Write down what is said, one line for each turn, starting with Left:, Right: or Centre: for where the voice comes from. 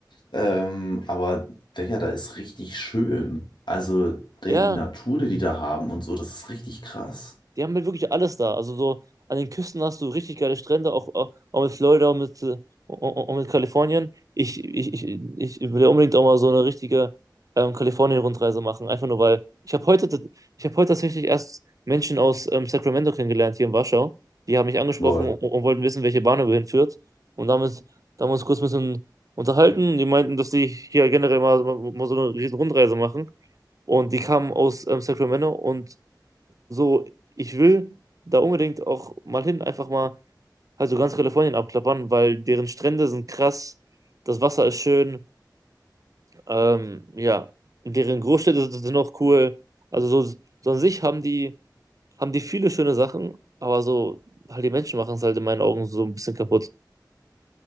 Left: Ähm, aber Digga, da ist richtig schön. Also, die,
Right: ja.
Left: die Natur, die die da haben und so, das ist richtig krass.
Right: Die haben halt wirklich alles da. Also so an den Küsten hast du richtig geile Strände, auch, auch, auch mit Florida und mit, äh, und, und mit Kalifornien. Ich, ich, ich, ich will ja unbedingt auch mal so eine richtige ähm, Kalifornien-Rundreise machen. Einfach nur, weil ich habe heute, tat- ich habe heute tatsächlich erst Menschen aus ähm, Sacramento kennengelernt hier in Warschau. Die haben mich angesprochen
Left: Lol.
Right: und, und wollten wissen, welche Bahnhöhe hinführt. Und damit, da haben wir uns kurz ein bisschen unterhalten. Die meinten, dass die hier generell mal, mal so eine riesen Rundreise machen. Und die kamen aus ähm, Sacramento und so, ich will da unbedingt auch mal hin, einfach mal halt so ganz Kalifornien abklappern, weil deren Strände sind krass, das Wasser ist schön, ähm, ja, deren Großstädte sind sind auch cool. Also so, so an sich haben die, haben die viele schöne Sachen, aber so, halt die Menschen machen es halt in meinen Augen so ein bisschen kaputt.